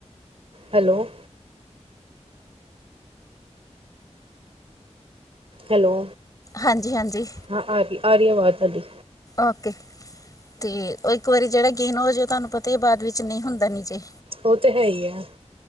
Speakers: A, on the right (about 55°); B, on the left (about 30°).
A: ਹੈਲੋ ਹੈਲੋ।
B: ਹਾਂਜੀ, ਹਾਂਜੀ।
A: ਹਾਂ ਆ ਰਈ, ਆ ਰਈ ਆਵਾਜ਼ ਤਾਡੀ।
B: ਓਕੇ, ਤੇ ਓਏ ਇੱਕ ਵਾਰੀ ਜੇੜਾ ਗਿਣ ਹੋਜੇ, ਓ ਤਾਨੂੰ ਪਤਾ ਈ ਆ ਬਾਦ ਵਿੱਚ ਨਈ ਹੁੰਦਾ ਨੀਚੇ।
A: ਓ ਤੇ ਹੈ ਈ ਆ,